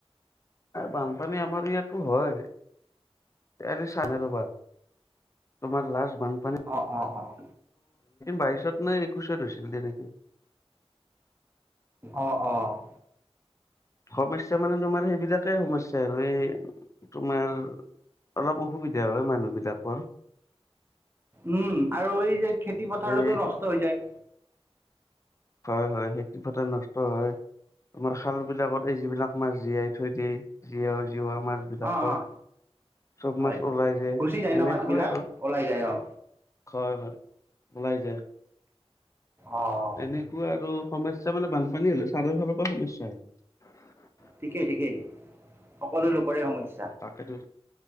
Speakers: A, on the left; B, on the right.
A: বানপানী আমাৰ ইয়াত হয় চানে ৰবা তোমাৰ লাষ্ট বানপানীটো
B: অ অ অ',
A: বাইশত নে একৈশত হৈছিল তেনেকে
B: অঁ অঁ
A: সমস্যা মানে তোমাৰ সেইবিলাকে সমস্যা আৰু এই তোমাৰ অলপ অসুবিধা হয় মানুহবিলাকৰ
B: উম আৰু এই যে খেতি পথাৰতো
A: এই
B: নষ্ট হৈ যায়
A: হয় হয় খেতি পথাৰ নষ্ট হয় আমাৰ খাল বিলাকত এই যিবিলাক মাছ জীয়াই থৈ দিয় জীয় আমাৰ বিলাকৰ
B: অ', অ',
A: চব
B: হয়।
A: মাছ ওলাই যায়
B: গুচি
A: তেনেকুৱাই
B: ন মাছবিলাক
A: আৰু
B: ওলাই যায় অ'।
A: হয় হয় উলাই যায়
B: অ',
A: তেনেকুৱা আৰু সমস্যা মানে বানপানী হ'লে ছাৰৰ ফালৰ পৰা সমস্া হয়
B: ঠিকেই ঠিকেই সকলো লোকৰে সমস্যা
A: তাকেইো